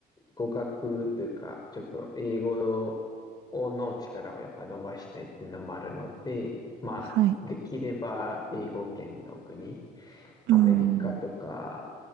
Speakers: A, on the left; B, on the right.
A: 語学というか、ちょっと英語の力をやっぱ伸ばしたいっていうのもあるので、まあ、
B: はい。
A: できれば英語圏の国アメリカとか、
B: うーん、